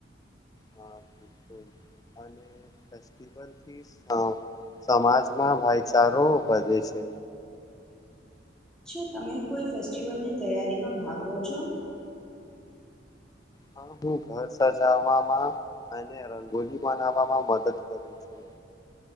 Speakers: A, on the left; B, in the centre.
A: હા બિલકુલ અને ફેસ્ટિવલથી હા સમાજમાં ભાઈચારો વધજે છે.
B: છા તમે કોઈ ફેસ્ટિવલની તૈયારીમાં ભાગ લો છો.
A: હા બો ઘર સજાવામાં અને રંગોલી બનાવવામાં મદદ કરું છું.